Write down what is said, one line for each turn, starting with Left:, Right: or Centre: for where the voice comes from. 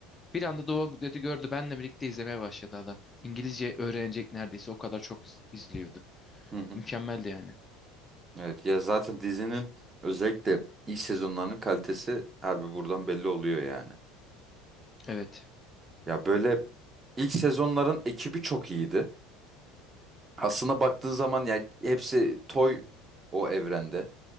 Left: Bir anda The Walking Dead'i gördü. Benle birlikte izlemeye başladı adam. İngilizce öğrenecek neredeyse o kadar çok iz- izliyordu.
Right: Hı hı.
Left: Mükemmeldi yani.
Right: Evet ya zaten dizinin özellikle ilk sezonlarının kalitesi harbi buradan belli oluyor yani.
Left: Evet.
Right: Ya böyle ilk sezonların ekibi çok iyiydi. Aslında baktığın zaman ya hepsi toy o evrende.